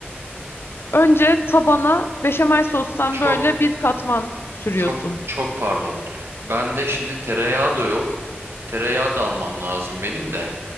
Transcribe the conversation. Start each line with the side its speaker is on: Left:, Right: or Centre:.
Left: Önce tabana beşamel sostan
Right: Çok
Left: böyle bir katman sürüyorsun.
Right: çok çok pardon. Bende şimdi tereyağı da yok. Tereyağı da almam lazım benim de.